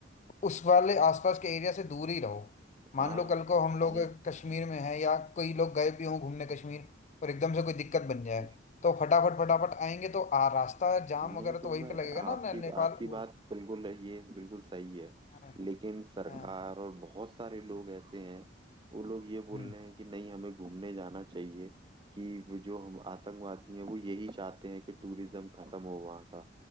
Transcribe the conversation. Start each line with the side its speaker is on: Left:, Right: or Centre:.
Left: उस वाले आसपास के एरिया से दूर ही रहो मान
Right: हाँ
Left: लो कल को हम लोग
Right: नहीं
Left: कश्मीर में हैं या कोई लोग गए भी हों घूमने कश्मीर और एकदम से कोई दिक्कत बन जाए
Right: नहीं
Left: तो फटाफट फटाफट आएंगे तो आ रास्ता जाम
Right: नहीं
Left: वगैरह
Right: तो
Left: तो वहीं
Right: मैं
Left: पे लगेगा
Right: आपकी
Left: ना ने, नेपाल
Right: आपकी
Left: वो,
Right: बात बिल्कुल है, ये बिल्कुल सही है
Left: हाँ
Right: लेकिन सरकार
Left: हाँ
Right: और बहुत सारे लोग ऐसे हैं वो लोग ये बोल
Left: हम्म
Right: रहे हैं कि नहीं हमें घूमने जाना चाहिए कि वो जो हम आतंकवादी हैं वो यही चाहते हैं कि टूरिज्म खत्म हो वहाँ का